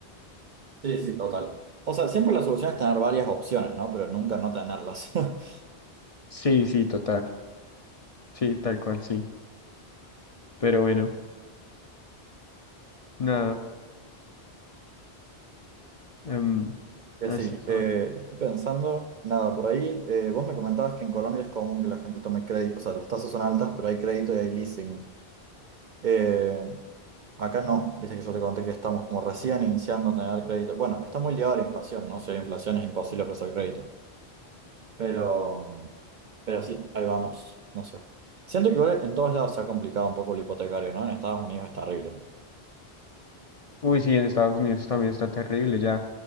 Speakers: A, on the right; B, on the left.
A: Sí, sí, total. O sea, siempre la solución es tener varias opciones, ¿no? Pero nunca no tenerlas. <laughs>
B: Sí, sí, total. Sí, tal cual, sí. Pero bueno, nada, em,
A: Que
B: así
A: sí,
B: son.
A: eh, estoy pensando, nada, por ahí, eh, vos me comentabas que en Colombia es común que la gente tome crédito, o sea, las tasas son altas, pero hay crédito y hay leasing. Eh, Acá no, viste que yo te conté que estamos como recién iniciando a tener crédito. Bueno, está muy ligado a la inflación, ¿no? Si hay inflación es imposible ofrecer crédito. Pero, pero sí, ahí vamos, no sé. Siento que igual en todos lados se ha complicado un poco el hipotecario, ¿no? En Estados Unidos es terrible.
B: Uy, sí, en Estados Unidos también está terrible, ya